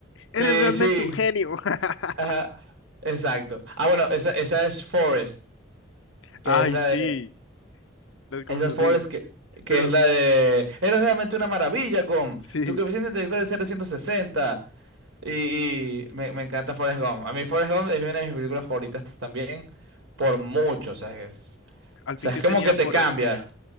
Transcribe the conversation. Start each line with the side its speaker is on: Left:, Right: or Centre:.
Left: ¡Eres
Right: Sí,
Left: realmente
Right: sí.
Left: un genio! <laughs>
Right: Ajá. Exacto. Ah, bueno, esa, esa es Forest, que
Left: Ay,
Right: es la
Left: sí,
Right: de.
Left: las confundí.
Right: Esa es Forest que. que
Left: Pero
Right: es la de... Eres realmente una maravilla, Gom.
Left: sí,
Right: Tu coeficiente intelectual es 760. Y, y me, me encanta Forrest Gump. A mí Forrest Gump es una de mis películas favoritas también, por mucho. O sea, es,
Left: al
Right: o
Left: fin
Right: sea,
Left: que
Right: es como
Left: tenía
Right: que te
Left: Forrest.
Right: cambia.